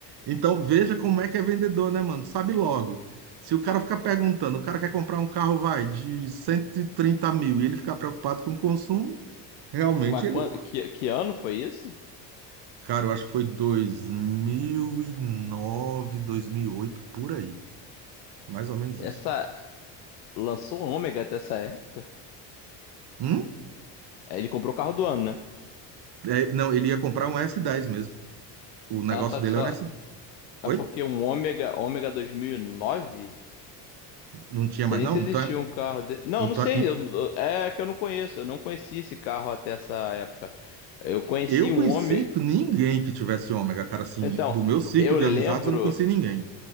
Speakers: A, on the right; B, on the left.
A: Então, veja como é que é vendedor, né, mano? Sabe logo. Se o cara ficar perguntando, o cara quer comprar um carro, vai, de 130 mil, e ele ficar preocupado com o consumo,
B: <laughs>
A: realmente
B: mas
A: ele
B: quan-
A: não.
B: que, que ano foi isso?
A: Cara, eu acho que foi dois dois mil mil e nove, dois mil e oito, por aí. Mais ou menos
B: Essa.
A: isso.
B: Lançou um Ômega até essa época?
A: Hum?
B: Aí Ele comprou o carro do ano, né?
A: É, não, ele ia comprar um s dez mesmo. O negócio
B: Ah, tá.
A: dele
B: que Você fala...
A: era um S10. Oi?
B: É porque um Ômega, Ômega 2009? Não
A: Não tinha mais,
B: sei nem
A: não?
B: se existia
A: Então é.
B: um carro de... Não,
A: Então,
B: não sei.
A: é,
B: eu- eu- É que eu não conheço. Eu não conheci esse carro até essa época. Eu conheci
A: Eu
B: um
A: conheci
B: Ômega.
A: ninguém que tivesse ômega, cara, assim,
B: Então,
A: do meu círculo
B: eu
A: de
B: lembro.
A: amizades eu não conheci ninguém.